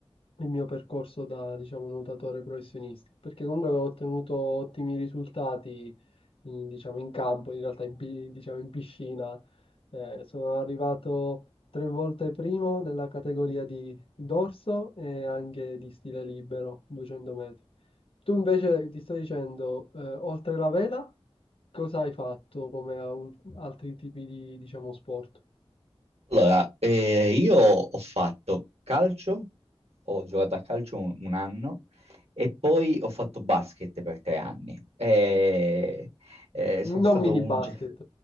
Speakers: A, on the left; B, on the right.
A: il mio percorso da, diciamo, nuotatore professionista, perché comunque avevo ottenuto ottimi risultati, in- diciamo, in campo, in realtà in, pi- diciamo, in piscina. Eh, sono arrivato tre volte primo nella categoria di dorso e anche di stile libero, 200 metri. Tu invece ti sto dicendo, eh, oltre la vela, cosa hai fatto come a- altri tipi di, diciamo, sport?
B: Allora, eh, io ho fatto calcio, ho giocato a calcio un, un anno e poi ho fatto basket per tre anni. E, eh, sono
A: Non
B: stato
A: mini
B: un...
A: basket.
B: ge-